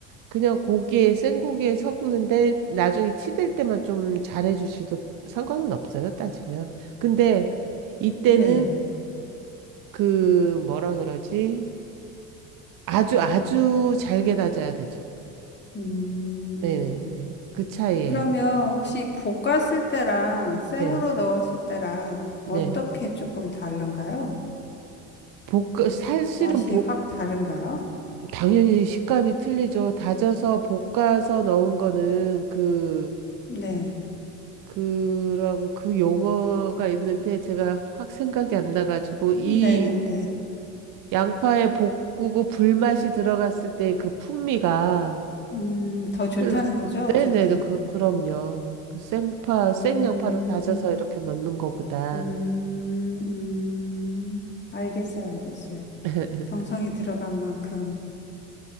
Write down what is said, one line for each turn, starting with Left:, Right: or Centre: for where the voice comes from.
Right: 그냥 고기에, 생고기에 섞는데, 나중에 치댈 때만 좀 잘해주셔도 상관은 없어요, 따지면. 근데 이때는
Left: 네.
Right: 그, 뭐라 그러지? 아주, 아주 잘게 다져야 되죠.
Left: 음.
Right: 네네네. 그 차이예요.
Left: 그러면 혹시
Right: 네.
Left: 볶았을 때랑 생으로
Right: 네.
Left: 넣었을 때랑
Right: 네.
Left: 어떻게 조금 다른가요?
Right: 볶, 사실은
Left: 맛이
Right: 볶,
Left: 확 다른가요?
Right: 당연히 식감이 틀리죠. 다져서 볶아서 넣은 거는 그,
Left: 네.
Right: 그런 그 용어가 있는데 제가 확 생각이 안 나가지고 이
Left: 네네네.
Right: 양파에 볶고 불맛이 들어갔을 때 그 풍미가
Left: 음, 더 좋다는
Right: 그-
Left: 거죠? 어쨌든.
Right: 네네, 그, 그, 그럼요. 그 생파, 생양파를
Left: 음,
Right: 다져서 이렇게 넣는 거보단
Left: 음, 음. 알겠어요, 알겠어요.
Right: <laughs>
Left: 정성이 들어간 만큼.